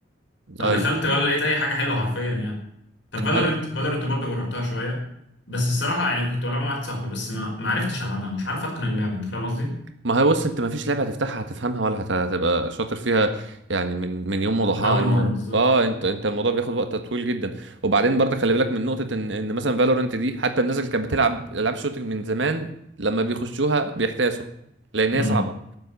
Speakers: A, on the left; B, on the right.
A: فدخلت
B: ايوه
A: ولا لقيت اي حاجه حلوه حرفيا يعني طب فالورنت
B: أنا...
A: فالورنت برضه جربتها شويه بس الصراحه يعني كنت بلعبها مع واحد صاحبي بس ما ما عرفتش العبها مش عارف اتقن اللعبه انت فاهم قصدي
B: ما هو بص انت ما فيش لعبه هتفتحها هتفهمها ولا هت- هتبقى شاطر فيها يعني من من يوم وضحاها
A: من اول
B: المو...
A: مره بالظبط
B: اه انت انت الموضوع بياخد وقت طويل جدا وبعدين برضه خلي بالك من نقطه ان ان مثلا فالورنت دي حتى الناس اللي كانت بتلعب العاب شوتنج من زمان لما بيخشوها بيحتاسوا لان
A: امم
B: هي صعبه